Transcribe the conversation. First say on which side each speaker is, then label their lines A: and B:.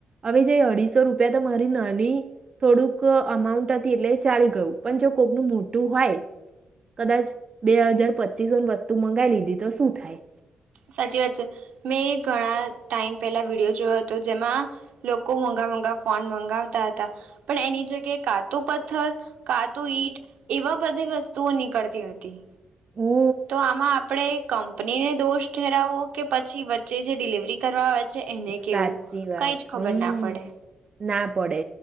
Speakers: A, on the right; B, on the right.
A: હવે જે અઢીસો રૂપિયા તો મારી નાની થોડુંક અમાઉન્ટ હતી એટલે ચાલી ગયું પણ જો કોકનું મોટું હોય કદાચ બે હાજાર પચીસોની વસ્તુ મંગાવી લીધી, તો શું થાય.
B: સાચી વાત છે મેં ઘણા ટાઈમ પેલા વિડીયો જોયો હતો, જેમાં લોકો મોઘા મોઘા ફોન મંગાવતા હતા પણ એની જગ્યાએ કા તો પથ્થર કા તો ઈટ એવા બધી વસ્તુઓ નીકળતી હતી.
A: ઓ
B: તો આમાં આપણે કંપનીને દોષ ઠેરાવો કે પછી વચ્ચે જે ડિલિવરી કરવા આવે એને કેવું,
A: સાચી વાત
B: કઈજ ખબર
A: હમ
B: ના પડે
A: ના પડે